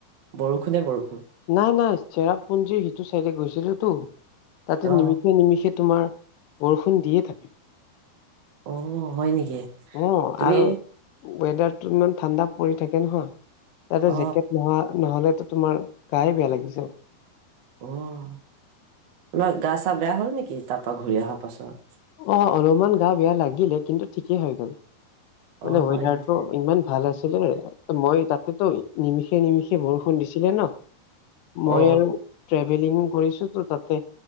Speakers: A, on the right; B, on the left.
A: বৰষুনে বৰষুণ?
B: নাই, নাই চেৰাপুঞ্জীৰ সিটো চাইডে গৈছিলো তো তাতে
A: অ
B: নিমিষে, নিমিষে তোমাৰ বৰষুণ দিয়ে থাকে
A: অ হয় নেকি
B: অ'
A: তুমি
B: আৰু ৱেডাৰতো ইমান ঠাণ্ডা পৰি থাকে নহয় তাতে
A: অ
B: জেকেট নোহোৱা নহলেতো তোমাৰ গাই বেয়া লাগি যাব।
A: অ'নহয় গা চা বেয়া হ'ল নেকি তাৰ পা ঘূৰি আহা পাছত?
B: অ' অলপমান গা বেয়া লাগিলে কিন্তু ঠিকেই হৈ গ'ল। মানে
A: অ হয়
B: ৱেডাৰটো
A: নেকি
B: ইমান ভাল আছিলে ত'মই তাতেতো নিমিষে, নিমিষে বৰষুণ দিছিলে ন' মই
A: অ
B: আৰু ট্ৰেভেলিং কৰিছো তো তাতে